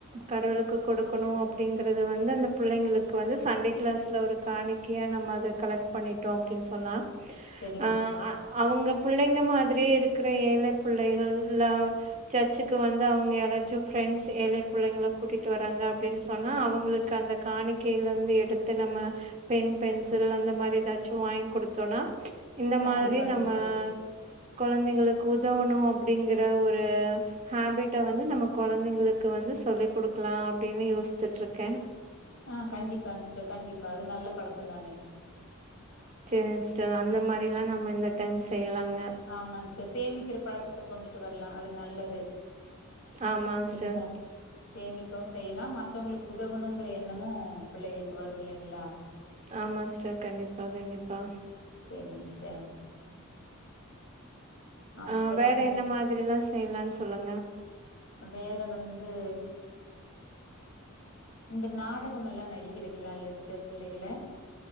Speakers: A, on the right; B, on the left.
A: கடவுளுக்கு கொடுக்கணு அப் அப்டிங்கிறத வந்து அந்த புள்ளைங்களுக்கு வந்து சண்டே கிளாஸ்ல ஒரு காணிக்கையா நம்ம அத கலெக்ட் பண்ணிட்டோ அப்டின் சொன்னா
B: செரிங்க
A: ஆ
B: சிஸ்டர்
A: அ அவ்ங்க புள்ளைங்க மாதிரியே இருக்கிற ஏழை புள்ளைகள்லா சர்ச்சுக்கு வந்து அவ்ங்க யாராச்சு ஃபாரெண்ட்ஸ் ஏழை புள்ளைங்கள கூட்டிட்டு வராங்க அப்டின் சொன்னா அவ்ங்களுக்கு அந்த காணிக்கைல இருந்து எடுத்து நம்ம பெண் பென்சில் அந்த மாரி எதாச்சு வாங்கி குடுத்தோனா இந்த
B: கண்டிப்பாங்க
A: மாதிரி நம்ம
B: சிஸ்டர்
A: கொழந்தைங்களுக்கு உதவணு அப்டிங்கிற ஒரு ஹாபிட்ட வந்து நம்ம கொழந்தைங்களுக்கு வந்து சொல்லி் குடுக்லா அப்டின்னு யோசிச்சுட்ருக்கே
B: ஆ கண்டிப்பாங் சிஸ்டர் கண்டிப்பா அது நல்ல பழக்கந் தானே
A: சேரி சிஸ்டர் அந்த மாரிலா நம்ம இந்த டைம் செய்யலாங்க
B: ஆமாங் சிஸ்டர் சேமிக்கிற பழக்கத்த கொண்டுட்டு வர்லா அது நல்லது
A: ஆமா
B: இல்லைங்ளா
A: சிஸ்டர்
B: சேமிக்கவு செய்யலா மத்தவ்ங்களுக்கு உதவணுங்கிற எண்ணமு பிள்ளைகளுக்கு வரு இல்லைங்ளா
A: ஆமா சிஸ்டர் கண்டிப்பா கண்டிப்பா
B: சேரிங்க சிஸ்டர் அப்புறோ
A: ஆ வேற என்ன மாதிரிலா செய்யலான் சொல்லுங்க
B: வேற வந்து இந்த நாடகமெல்லா நடிக்க வெக்கலால சிஸ்டர் பிள்ளைகள